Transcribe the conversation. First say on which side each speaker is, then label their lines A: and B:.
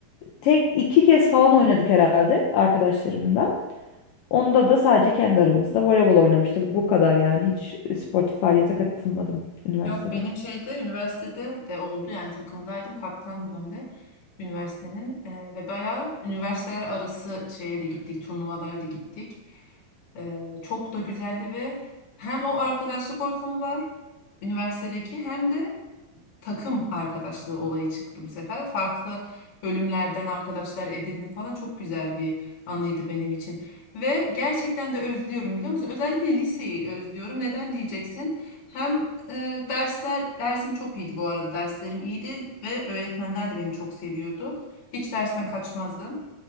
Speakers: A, on the left; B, on the left.
A: tek iki kez falan oynadık herhalde arkadaşlarımla. Onda da sadece kendi aramızda voleybol oynamıştık. Bu kadar yani hiç sportif faaliyete katılmadım üniversitede.
B: Yok benim şeyde üniversitede de oldu yani takımdaydım kaptandım hem de üniversitenin Ee, ve bayağı üniversiteler arası şeye de gittik turnuvalara da gittik. Ee, çok da güzeldi ve hem o arkadaşlık ortamı var üniversitedeki hem de takım arkadaşlığı olayı çıktı bu sefer. Farklı bölümlerden arkadaşlar edindim falan çok güzel bir anıydı benim için. Ve gerçekten de özlüyorum biliyor musun? Özellikle liseyi özlüyorum. Neden diyeceksin? Hem e, dersler, dersim çok iyiydi bu arada. Derslerim iyiydi ve öğretmenler de beni çok seviyordu. Hiç dersten kaçmazdım.